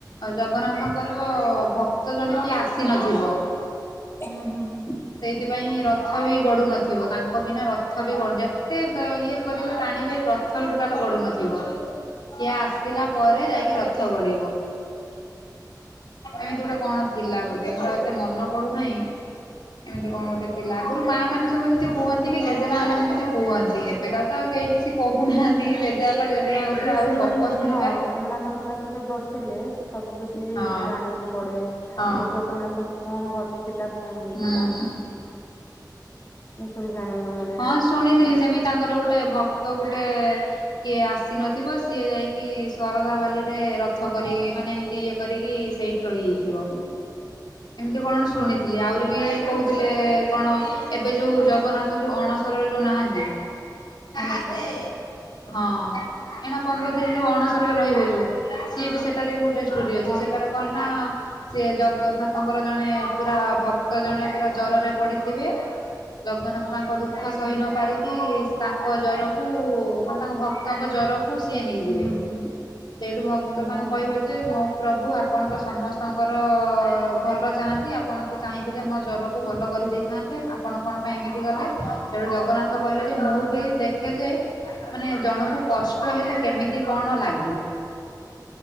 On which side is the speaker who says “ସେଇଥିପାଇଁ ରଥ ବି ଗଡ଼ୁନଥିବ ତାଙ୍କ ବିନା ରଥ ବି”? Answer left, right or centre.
Left